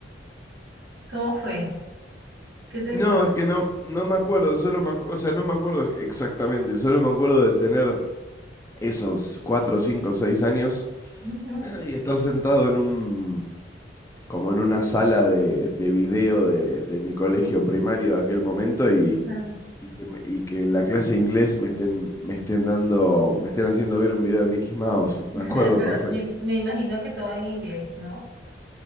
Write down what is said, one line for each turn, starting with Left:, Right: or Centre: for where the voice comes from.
Right: ¿Cómo fue? ¿Qué te
Left: No,
Right: acuerdas?
Left: es que no, no me acuerdo, solo me, ac- o sea, no me acuerdo exactamente, solo me acuerdo de tener esos cuatro, cinco, seis años
Right: Ujú,
Left: <clears throat> y estar sentado en un como en una sala de, de video de, de mi colegio primario de aquel momento y,
Right: ajá.
Left: y, que, me- y que en la clase de inglés me estén, me estén dando, me estén haciendo ver un video de Mickey Mouse. <laughs> Me
Right: <laughs>
Left: acuerdo
Right: Pero
Left: perfecto.
Right: me, me imagino que todo en inglés, ¿no?